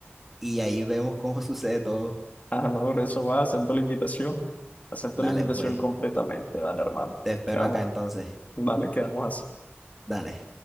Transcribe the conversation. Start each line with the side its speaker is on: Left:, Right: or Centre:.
Centre: y ahí vemos cómo <laughs> sucede todo.
Left: Ah, no, por eso va, acepto la invitación. Acepto
Centre: Dale,
Left: la invitación
Centre: pues.
Left: completamente, dale, hermano.
Centre: Te espero
Left: Quedamos,
Centre: acá entonces.
Left: dale, quedamos así.
Centre: Dale.